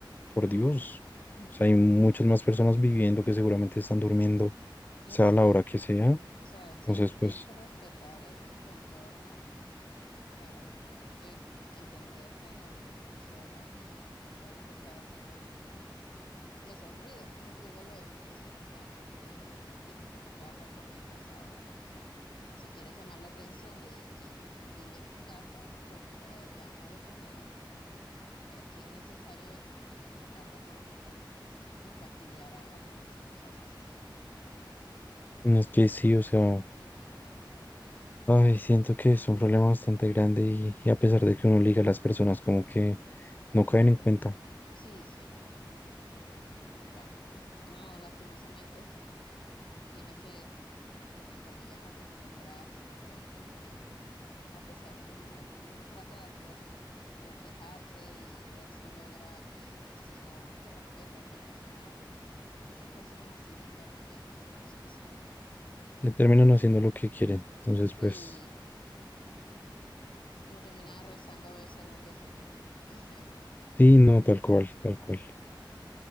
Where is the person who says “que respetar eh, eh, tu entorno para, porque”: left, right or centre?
Left